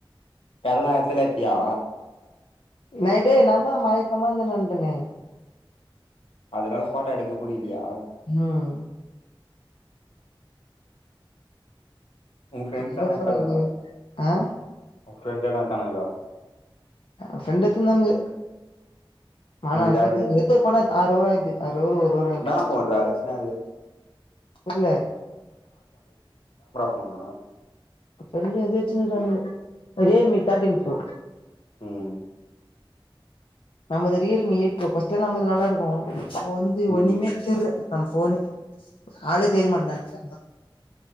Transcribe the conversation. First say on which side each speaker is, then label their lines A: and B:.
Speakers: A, on the left; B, on the left.
A: தல்லாயத்துல எத்தியா
B: நைடே நா தா மையிக்கமா இந்தானு வன்டனே
A: அதுனால போட்டா எடுக்க புடிக்லையா
B: உம்
A: உன் ஃப்ரெண்ட்ஸ்
B: <unintelligible>
A: தான
B: போட்டா
A: எத்தானுங்களா
B: எடுக்கவே இல்ல ஆஹ்
A: உன் ஃபிரண்ட் எதுனா எடுத்தானுங்களா
B: ஃபிரண்டு எத்திருந்தானுங்க நானா
A: நீ
B: இர்கிறதுக்கு
A: தான்டா இது
B: எத்து போனா ஆறு ஓவராயிருது ஆறு ஓவர் ஒரு <unintelligible>
A: என்னா ஃபோன்ரா ஆக்சுவலா அது
B: இல்ல
A: உன
B: ரெண்டு எதாச்சுன்னு ரியல்மி தேர்ட்டின் ப்ரோ
A: ம்
B: நமது ரியல் மி எயிட் ப்ரோர்ஸ்ட் நமது நல்லா இருக்கூ இப்ப வந்து
A: ம்
B: ஒனிமே தெர்ல நம்ம ஃபோனு ஆளு தெரியமாட்டுங்க